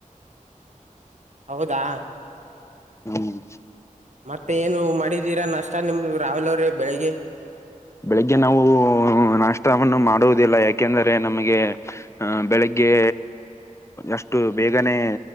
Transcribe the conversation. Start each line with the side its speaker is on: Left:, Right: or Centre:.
Right: ಹೌದಾ
Left: ಹ್ಮ್
Right: ಮತ್ತೆ ಏನು ಮಾಡಿದೀರಾ ನಷ್ಟ ನಿಮ್ದ ರಾವಲ್ ಅವ್ರೆ ಬೆಳಿಗ್ಗೆ
Left: ಬೆಳಿಗ್ಗೆ ನಾವು ನಾಷ್ಟವನ್ನು ಮಾಡುವುದಿಲ್ಲ ಯಾಕೆಂದರೆ ನಮಗೆ ಆಹ ಬೆಳಿಗ್ಗೆ ಅಷ್ಟು ಬೇಗನೆ